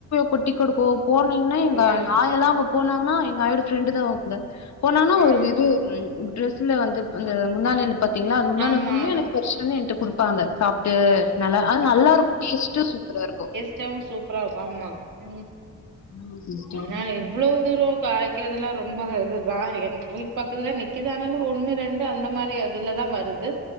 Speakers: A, on the left; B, on the right.
A: கொட்டி கெடக்கு போனீங்கன்னா எங்
B: ஐயோ
A: எங்காயல்லாஅங்க போனாங்கன்னா எங்க ஆயாவோட ஃப்ரெண்டு தான் அங்க ந்த போனானா
B: ஆ
A: ஒரு இது ட்ரெஸ்ல வந்து அ முந்தானேல பாத்தீங்களா அது முந்தான
B: ஆமா
A: ஃபுல்லா எனக்கு பறிச்சுட்டு வந்து என்ட்ட குடுப்பாங்க சாப்ட்டு நல்லா அது நல்லா இருக்கு டேஸ்ட்டு சூப்பரா இருக்கு
B: ஸ்டைம் சூப்பராருக்கு ஆம்மா உ
A: ஆமா சிஸ்டர்
B: ஆனாலயு அவ்ளோ தூரோ காய்க்கறிதுலா ரொம்ப இது <unintelligible> எங்க வீட்டு் பக்கத்துல நிக் க்குது ஆனாலு ஒண்ணு ரெண்டு அந்த மாரி அதுலதா வருது